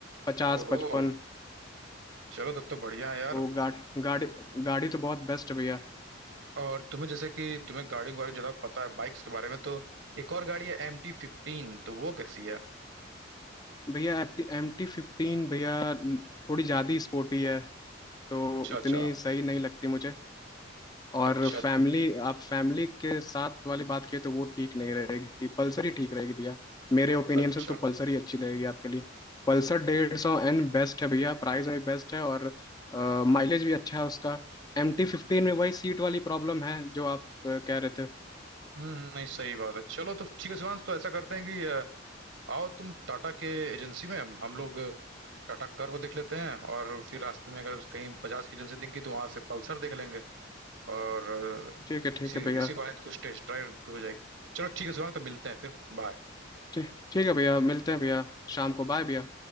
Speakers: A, on the left (about 20°); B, on the right (about 70°).
A: पचास
B: ओहो
A: पचपन
B: चलो तब तो बढ़िया है यार
A: तो गाड़ी गाड़ी गाड़ी तो बहुत बेस्ट है भैया
B: और तुम्हें जैसे कि तुम्हें गाड़ियों के बारे में ज्यादा पता है बाइक्स के बारे में तो एक और गाड़ी है एम टी फिफ्टीन तो वो कैसी है
A: भैया एम टी फिफ्टीन भैया थोड़ी ज़्यादा ही स्पोर्टी है तो
B: अच्छा अच्छा
A: उतनी सही नहीं लगती मुझे और
B: अच्छा
A: फैमिली आप फैमिली के साथ वाली बात किए तो वो ठीक नहीं रहेगी पल्सर ही ठीक रहेगी भैया मेरे ओपिनियन
B: अच्छा
A: से तो पल्सर ही अच्छी रहेगी आपके लिए पल्सर डेढ़ सौ एन बेस्ट है भैया प्राइस में भी बेस्ट है और माइलेज भी अच्छा है उसका एम टी फिफ्टीन में वही सीट वाली प्रॉब्लम है जो आप अ, कह रहे थे
B: हम्म हम्म, नहीं सही बात है चलो तो ठीक है शिवांश तो ऐसा करते हैं कि अ, आओ तुम टाटा के एजेंसी में हम हम लोग टाटा कर्व देख लेते हैं और फिर रास्ते में अगर कहीं बजाज की एजेंसी दिख गई तो वहां से पल्सर देख लेंगे और अ,
A: ठीक है ठीक
B: इसी
A: है भैया
B: इसी बहाने तो कुछ टेस्ट ड्राइव भी हो जाएगी चलो ठीक है शिवांग तो मिलते हैं फिर बाय
A: ठीक ठीक है भैया मिलते हैं भैया शाम को बाय भैया